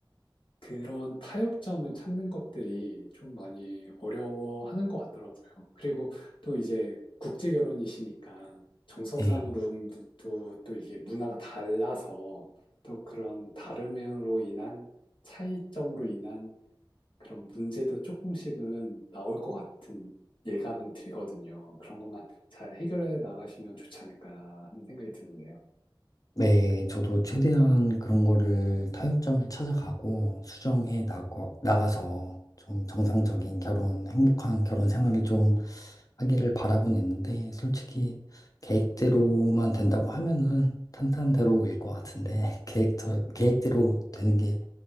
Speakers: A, on the left; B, on the left.
A: 그런 타협점을 찾는 것들이 좀 많이 어려워하는 것 같더라고요. 그리고 또 이제 국제 결혼이시니까 정서상으로도
B: 네.
A: 또 이게 문화가 달라서 또 그런 다름으로 인한 차이점으로 인한 그런 문제도 조금씩은 나올 것 같은 예감은 들거든요. 그런 것만 잘 해결해 나가시면 좋지 않을까 하는 생각이 드는데요.
B: 네, 저도 최대한 그런 거를 타협점을 찾아가고 수정해 나가, 나가서 좀 정상적인 결혼, 행복한 결혼 생활을 좀 하기를 바라고는 있는데 솔직히 계획대로만 된다고 하면은 탄탄대로일 것 같은데 <laughs> 계획, 계획대로 되는 게